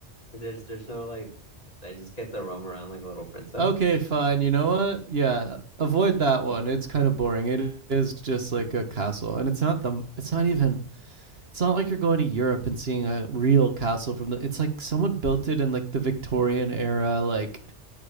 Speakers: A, on the left; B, on the right.
A: there's there's no like I just get to roam around like a little princess.
B: okay, fine. You know what? Yeah, avoid that one. It's kind of boring. It is just like a castle, and it's not the. It's not even. It's not like you're going to Europe and seeing a real castle from the. It's like someone built it in like the Victorian era, like